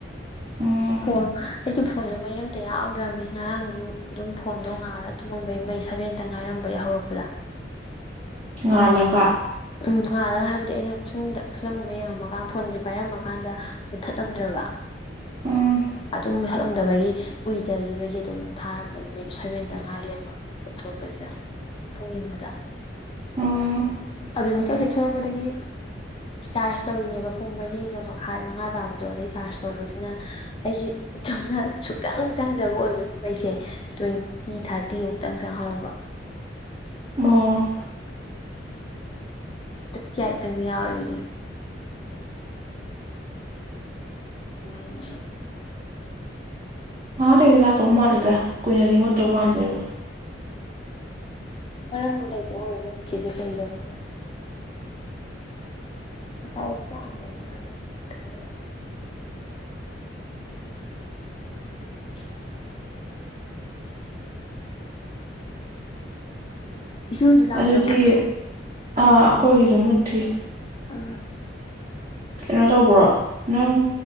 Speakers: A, on the right; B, on the left.
A: ꯎꯝ
B: ꯐꯣꯟ ꯑꯩꯗꯤ ꯐꯣꯟꯗꯣ ꯃꯩ ꯑꯇ ꯌꯥꯎꯗ꯭ꯔꯕꯅꯦ ꯉꯔꯥꯡꯁꯨ ꯑꯗꯨꯝ ꯐꯣꯟꯗꯣ ꯉꯥꯜꯂ ꯇꯨꯝꯃꯝꯕꯩ ꯃꯩ ꯁꯚꯦꯟꯇ ꯉꯥꯏꯔꯝꯕꯩ ꯍꯧꯔꯛꯄꯗ
A: ꯉꯥꯜꯂꯒ
B: ꯎꯝ ꯑ ꯍꯥꯏꯕꯗꯤ ꯑꯩꯅ ꯁꯣꯨꯝꯗ ꯐꯤꯂꯝꯒꯨꯝꯕ ꯌꯦꯡꯉꯝꯃꯀꯥꯟ ꯐꯣꯟꯁꯦ ꯄꯥꯏꯔꯝꯃꯀꯥꯟꯗ ꯃꯨꯊꯠꯂꯝꯗ꯭ꯔꯕ
A: ꯎꯝ
B: ꯑꯗꯨꯝ ꯊꯠꯂꯝꯗꯕꯒꯤ ꯎꯨꯏꯗꯈꯤꯕꯒꯤ ꯑꯗꯨꯝ ꯊꯥꯔꯝꯕꯒꯤ ꯃꯩꯗꯣ ꯁꯦꯚꯦꯟꯇ ꯉꯥꯏ ꯂꯩꯔꯝꯃ ꯃꯦꯀꯞ ꯊꯣꯛꯂꯛꯄꯁꯤꯗ ꯄꯨꯡ ꯌꯦꯡꯕꯗ
A: ꯎꯝ
B: ꯑꯗꯨ ꯃꯤꯀꯞ ꯍꯦꯛ ꯊꯣꯛꯂꯛꯄꯗꯒꯤ ꯆꯥꯔꯖ ꯇꯧꯔꯤꯅꯦꯕ ꯄꯨꯡ ꯃꯔꯤꯒ ꯃꯈꯥꯏ ꯃꯉꯥ ꯇꯥꯕꯗꯣ ꯑꯗꯩ ꯆꯥꯔꯖ ꯇꯧꯕꯁꯤꯅ ꯑꯩꯒꯤ <unintelligible> ꯁꯨꯆꯪ ꯆꯪꯗꯕ ꯑꯣꯏꯕꯒꯤ ꯃꯩꯁꯦ ꯇ꯭ꯋꯦꯟꯇꯤ ꯊꯥꯔꯇꯤ ꯑꯃꯨꯛꯇꯪ ꯆꯪꯍꯧꯕ꯫
A: ꯑꯣ
B: ꯖꯤ <unintelligible> ꯇꯪ ꯌꯥꯎꯔꯤꯌꯦ꯫ ꯃꯩ
A: ꯅꯍꯥꯛ ꯂꯩꯔꯒꯥ ꯂꯛꯇꯧ ꯃꯜꯂꯤꯗ꯫ ꯀꯨꯏꯅꯗꯤ ꯃꯨꯠꯇꯧ ꯃꯥꯟꯗꯦꯕ꯫
B: ꯎ ꯃꯔꯝꯕꯨ ꯂꯩꯇꯦ ꯑꯣꯏ ꯃꯨꯠꯈꯤꯁꯦ ꯀꯩꯗꯧꯔꯣ ꯉꯁꯥꯏ ꯂꯥꯛꯑꯝꯕꯅꯤ ꯑꯗꯨꯒꯠ <inaudible> ꯏꯆꯦ ꯍꯣꯏꯁꯨ ꯂꯥꯛꯇꯕ꯭ꯔꯣ
A: ꯑꯗꯨꯗꯤ
B: ꯃꯌꯥꯝ
A: ꯑꯩꯈꯣꯏꯒꯤꯁꯨ ꯃꯨꯠ ꯊꯤ
B: ꯑ
A: ꯀꯩꯅꯣ ꯇꯧꯕ꯭ꯔꯣ ꯅꯪ